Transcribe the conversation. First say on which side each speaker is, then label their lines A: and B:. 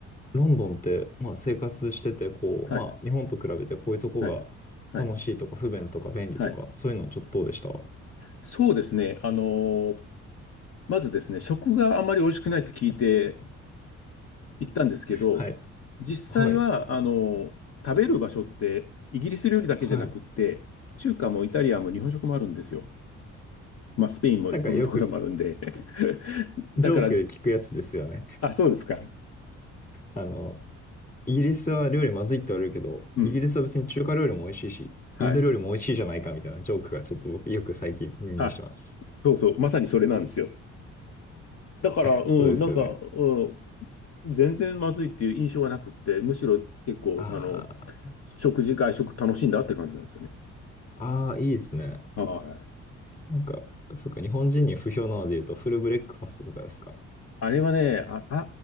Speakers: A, on the left; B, on the left.
A: ロンドンって、まあ生活してて、こう、
B: はい。
A: まあ日本と比べてこういうとこが
B: はい。はい。
A: 楽しいとか不便とか便利とか、
B: はい。
A: そういうのちょっとどうでした
B: そうですね。あのーまずですね、食があまり美味しくないって聞いて行ったんですけど、
A: はい。
B: 実際は、
A: はい。
B: あのー食べる場所って、イギリス料理だけじゃなくって、
A: はい。
B: 中華もイタリアンも日本食もあるんですよ。まあ、スペインもポルトガルもあるんで。
A: なんかよく
B: <laughs> だから、
A: ジョークで聞くやつですよね。
B: あ、そうですか。
A: あの、イギリスは料理まずいって言われるけど、
B: うん。
A: イギリスは別に中華料理も美味しいし、
B: はい。
A: インド料理も美味しいじゃないかみたいなジョークがちょっと僕よく最近耳にします。
B: あ、そうそう。まさにそれなんですよ。だから、
A: <laughs>
B: うん、
A: そうですよね。
B: なんか、うん、全然まずいっていう印象はなくって、むしろ結構、
A: あー
B: あの、食事、外食楽しんだって感じなんですよね。
A: あー、いいですね。
B: はい。
A: なんか、そうか、日本人に不評なので言うとフルブレックファストとかですか。
B: あれはね、あ、